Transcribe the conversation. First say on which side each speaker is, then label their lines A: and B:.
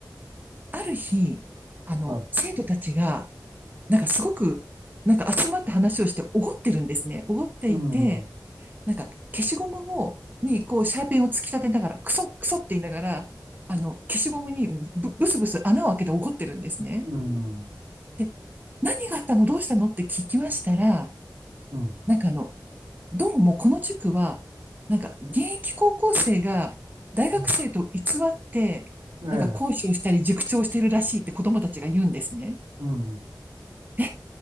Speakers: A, on the right (about 25°); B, on the right (about 70°).
A: ある日、あの、
B: はい。
A: 生徒たちが、なんかすごく、なんか集まって話をしておごってるんですね。おごっていて、
B: うん。
A: なんか消しゴムを、に、こう、シャーペンを突き立てながら、クソ、クソって言いながら、あの、消しゴムにブ、ブスブス穴を開けておごってるんですね。
B: うん。
A: で、何があったのどうしたのって聞きましたら、
B: うん。
A: なんかあの、どうもこの塾は、なんか現役高校生が大学生と偽って、
B: うん。ええ。
A: なんか講師をしたり塾長をしてるらしいって子供たちが言うんですね。
B: うん。
A: で、